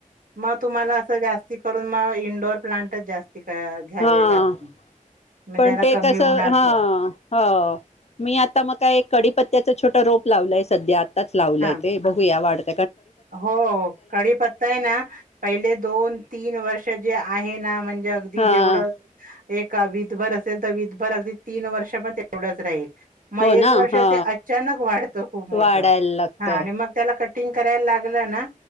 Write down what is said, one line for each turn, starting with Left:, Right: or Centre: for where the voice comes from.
Right: मग तुम्हाला असं जास्ती करून मग इंडोर प्लांटच जास्त िक घ्यावे
Left: हा
Right: लागतील म्हणजे
Left: पण
Right: याला
Left: ते
Right: कमी
Left: कस
Right: उन्हाचं
Left: हा ह मी आता मग काय कडीपत्त्याच छोटं रोप लावलंय सध्या आताच लावलंय
Right: हां.
Left: ते बघूया वाढत.
Right: हो कडी पत्ताय ना पहिले दोन तीन वर्ष जे आहे ना म्हणजे म्हणजे अगदी
Left: हा
Right: जेवढं एक विधभर असेल तर विधभर अगदी तीन वर्ष पण तेवढंच राहील. मग
Left: हो
Right: एक
Left: ना
Right: वर्ष
Left: हा
Right: ते अचानक वाढतं खूप मोठं
Left: वाढायला लागत
Right: हा आणि मग त्याला कट कटिंग करायला लागलं ना